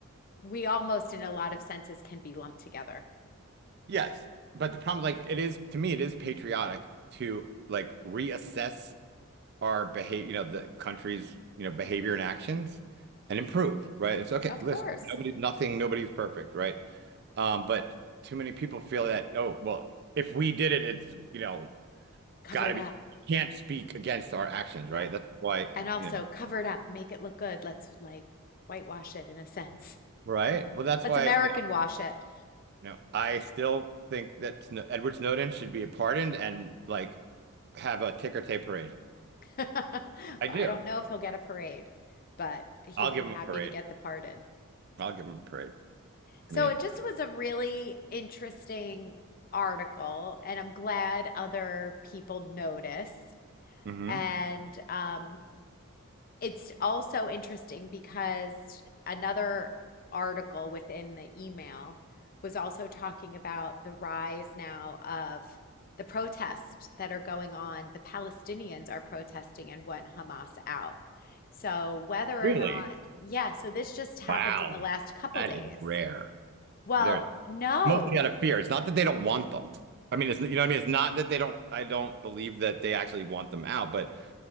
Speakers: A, on the left (about 45°); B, on the right (about 50°).
A: we almost, in a lot of senses, can be lumped together.
B: Yes, but the problem, like, it is to me, it is patriotic to like reassess our behavior, you know, the country's, you know, behavior and actions and improve, right? It's okay.
A: Of
B: Listen,
A: course.
B: nobody, nothing, nobody's perfect, right? Um, but too many people feel that, oh, well, if we did it, it's, you know,
A: Cover
B: gotta
A: it
B: be,
A: up.
B: can't speak against our actions,
A: Yeah.
B: right? That's why,
A: And also
B: you know,
A: cover it up, make it look good. Let's like whitewash it in a sense.
B: right? Well,
A: <laughs>
B: that's
A: Let's
B: why,
A: American
B: you know,
A: wash it.
B: you know, I still think that Sno- Edward Snowden should be pardoned and like have a ticker tape parade.
A: <laughs>
B: I
A: Well,
B: do.
A: I don't know if he'll get a parade, but he'd
B: I'll give
A: be
B: him
A: happy
B: a parade.
A: to get the pardon.
B: I'll give him a parade.
A: So
B: I mean,
A: it just was a really interesting article, and I'm glad other people notice.
B: Mm-hmm.
A: And um, it's also interesting because another article within the email was also talking about the rise now of the protests that are going on. The Palestinians are protesting and want Hamas out. So whether or
B: really?
A: not, yeah, so this just happened
B: Wow,
A: in the last couple
B: that
A: days.
B: is rare.
A: Well,
B: They're
A: no.
B: mostly out of fear. It's not that they don't want them. I mean, it's you know what I mean. It's not that they don't. I don't believe that they actually want them out, but